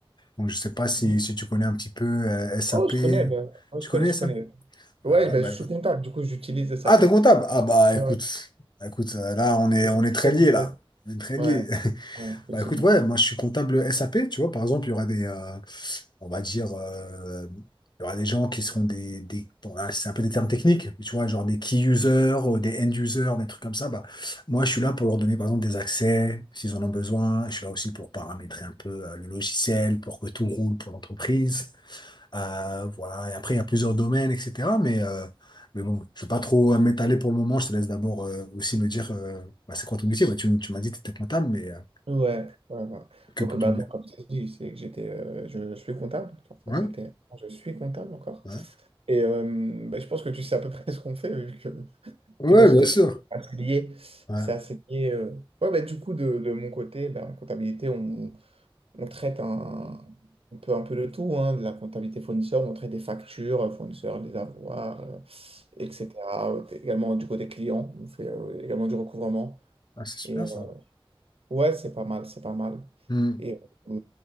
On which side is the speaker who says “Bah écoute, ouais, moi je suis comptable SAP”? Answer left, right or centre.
Left